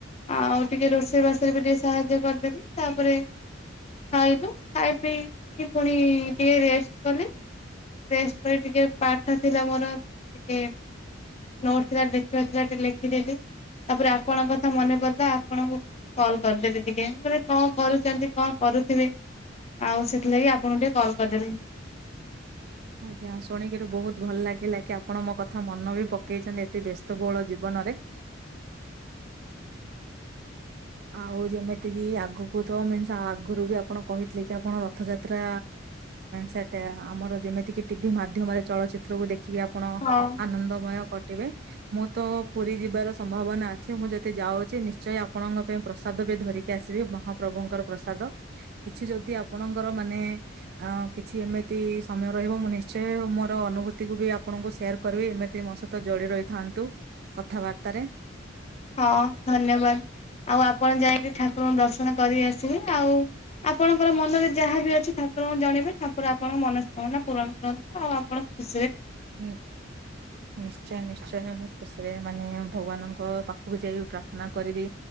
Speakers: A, on the left; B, on the right.
A: ଆଉ ଟିକେ ରୋଷେଇ ବାଷେଇରେ ବି ଟିକେ ସାହାଯ୍ୟ କରିଦେଲି ତାପରେ ଖାଇଲୁ ଖାଇ ପିଇକି ପୁଣି ଟିକେ ରେଷ୍ଟ କଲି। ରେଷ୍ଟ ପରେ ଟିକେ ପାଠ ଥିଲା ମୋର ଟିକେ ନୋଟ ଥିଲା ଲେଖିବାର ଥିଲା ଟିକେ ଲେଖିଦେଲିି। ତାପରେ ଆପଣଙ୍କ କଥା ମନେ ପଡିଲା ଆପଣଙ୍କୁ କଲ କରିଦେଲି ଟିକେ ମାନେ କଣ କରୁଛନ୍ତି କଣ କ ରୁଥିବେ ଆଉ ସେଇଥିଲାଗି ଆପଣଙ୍କୁ ଟିକେ କଲ କରିଦେଲି।
B: ଆଜ୍ଞା ଶୁଣିକିରି ବହୁତ ଭଲ ଲାଗିଲା କି ଆପଣ ମୋ କଥା ମନ ବି ପକେଇଛନ୍ତି ଏତେ ବ୍ୟସ୍ତବହୁଳ ଜୀବନ ନରେ ଆଉ ଯେମିତିକି ଆଗକୁ ତ ମିନ୍ସ ଆଗରୁ ବି ଆପଣ କହିଥିଲେ କି ଆପଣ ରଥଯାତ୍ରା ସେଟ ଆ ଆମର ଯେମିତି କିି ଟିଭି ମାଧ୍ୟମରେ ଚଳଚିତ୍ରକୁ ଦେ ଚି ଆପଣ
A: ହଁ
B: ଆନନ୍ଦମୟ କ ଥିବେ ମୁଁ ତ ପୁରୀ ଯିବାର ସମ୍ଭାବନା ଅଛି ମୁଁ ଯେତେ ଯାଉଛି ନିଶ୍ଚୟ ଆପଣଙ୍କ ପାଇଁ ପ୍ରସାଦ ବି ଧରିକି ଆସିବେ ମହାପ୍ରଭୁଙ୍କର ପ୍ରସାଦ କିଛି ଯଦି ଆପଣଙ୍କର ମାନେ ଆ କିଛି ଏମିତି ସମୟ ରହିବ ମୁଁ ନିଶ୍ଚୟ ମୋର ଅନୁଭୂତିକୁୁ ବି ଆପଣଙ୍କୁ ସେୟାର କରିବି ଏମିତି ମୋ ସହିତ ଜୋଡି ରହିଥାନ୍ତୁ କଥାବାର୍ତାରେ।
A: ହଁ ଧନ୍ୟବାଦ ଆଉ ଆପଣ ଯାଇକି ଠାକୁରଙ୍କୁ ଦର୍ଶନ କରି ଆସ ଚି ଆଉ ଆ ଆପଣଙ୍କର ମନରେ ଯାହାବି ଅଛି ଠାକୁରଙ୍କୁ ଜଣେଇବେ ଠାକୁର ଆପଣଙ୍କ ମନସ୍କାମନା ପୂରଣ କରନ୍ତୁ ଆଉ ଆପଣ ଖୁସ୍
B: ହଁ ନିଶ୍ଚୟ ନିଶ୍ ନି୍ଚୟ ମୁଁ ଖୁସିରେ ମାନେ ଭଗବାନଙ୍କ ପାଖକୁ ଯାଇ ପ୍ରାର୍ଥନା କରିବି